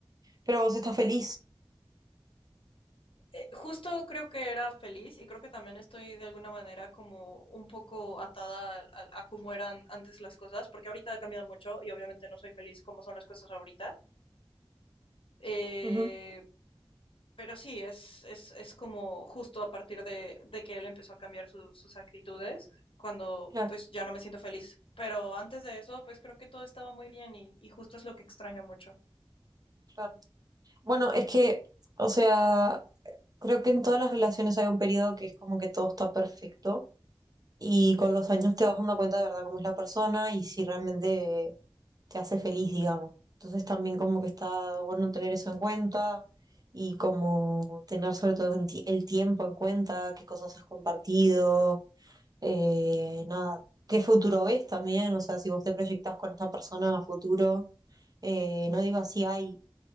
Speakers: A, on the right (about 40°); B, on the left (about 70°).
A: Pero vos estás feliz.
B: Eh, justo creo que era feliz y creo que también estoy de alguna manera como un poco atada a, a cómo eran antes las cosas, porque ahorita ha cambiado mucho y obviamente no soy feliz como son las cosas ahorita. Eh,
A: Ujú,
B: pero sí, es, es, es como justo a partir de, de que él empezó a cambiar su- sus actitudes, cuando
A: claro,
B: pues ya no me siento feliz. Pero antes de eso, pues creo que todo estaba muy bien y, y justo es lo que extraño mucho.
A: claro. Bueno, es que, o sea, creo que en todas las relaciones hay un periodo que es como que todo está perfecto y con los años te vas dando cuenta de verdad cómo es la persona y si realmente te hace feliz, digamos. Entonces también como que está bueno tener eso en cuenta y como tener sobre todo en ti- el tiempo en cuenta, qué cosas has compartido eh, nada, qué futuro ves también, o sea, si vos te proyectás con esta persona a futuro, eh, no digo así hay